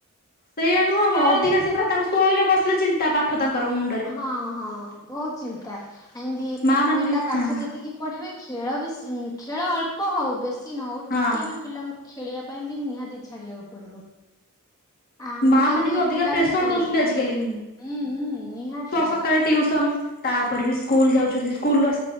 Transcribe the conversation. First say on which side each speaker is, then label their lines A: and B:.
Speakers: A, on the left (about 40°); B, on the left (about 15°).
A: ସେଇଆ ନୁହଁ
B: ପ୍ରାୟେ
A: କଣ ଅଧିକା
B: ଦେଖିଥିବେ।
A: ସେ ପୁରା ତାଙ୍କ ଶୋଇଲେ ବସିଲେ ଚିନ୍ତା ପାଠ ତାଙ୍କର ମୁଁ
B: ହଁ ହଁ ବହୁତ ଚିନ୍ତା। ଏମିତି
A: ମା
B: ମାନେ ପିଲା ପାଠ
A: ହଁ
B: ଯେତିକି ପଢିବେ ଖେଳ ବେ ଖେଳ ଅଳ୍ପ ହଉ। ବେଶ୍ ଚି ନ ହଉ
A: ହଁ।
B: ଟିକେ ବି ପିଲାଙ୍କୁ ଖେଳିବା ପାଇଁ ବି ନିହାତି ଛାଡିବାକୁ ପଡିବ। ଆମେ
A: ମା
B: ଯଦି
A: ମାନେ ବି ଅଧିକା
B: ପିଲାଙ୍କୁ
A: ପ୍ରେସର
B: କହିବା
A: ଦଉଛନ୍ତି ଆଜିକାଲି।
B: ହୁଁ ହୁଁ ନିହାତି
A: ସକାଳେ ଟ୍ୟୁସନ ତାପରେ ବି ସ୍କୁଲ ଯାଉଛନ୍ତି ସ୍କୁଲ ଆ